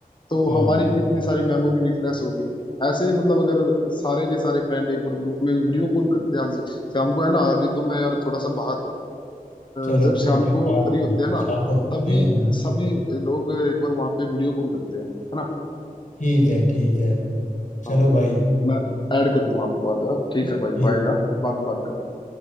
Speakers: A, on the left; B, on the left.
A: तो
B: हाँ
A: हमारी कितनी सारी मेमोरी रिफ्रेश होगी ऐसे ही मतलब अगर सारे के सारे फ्रेंड एक बार ग्रुप में वीडियो कॉल करते हैं आज शाम को है ना अभी तो मैं यार थोड़ा सा बाहर हूँ।
B: चलो
A: अ, जब
B: ठीक
A: शाम
B: है
A: को
B: बात
A: फ्री होते
B: हाँ,
A: हैं ना
B: शाम को करते
A: तभी
B: हैं हाँ
A: सभी लोग एक बार वहां पे वीडियो कॉल करते हैं है ना
B: ठीक है ठीक है चलो
A: हाँ,
B: भाई
A: मैं ऐड कर दूं आपको आगे ठीक है भाई
B: ठीक
A: बाय यार बाद में बात करते हैं।